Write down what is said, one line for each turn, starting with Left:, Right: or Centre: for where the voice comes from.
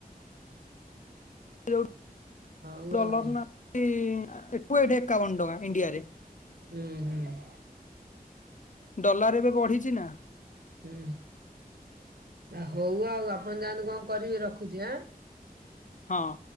Left: ଯୋଉ
Right: ହଉ
Left: ଡଲର
Right: ଆଉ
Left: ନା <inaudible> ଏଠି ଏକାବନ ଟଙ୍କା ଇଣ୍ଡିଆରେ।
Right: ହୁଁ- ହୁଁ।
Left: ଡଲାର ଏବେ ବଢିଛି ନା।
Right: ଉଁ -ହୁଁ, ହଉ ଆଉ ଆପଣ ଯାଆନ୍ତୁ କଣ କରିବେ ରଖୁଛି ଆଁ।
Left: ହଁ।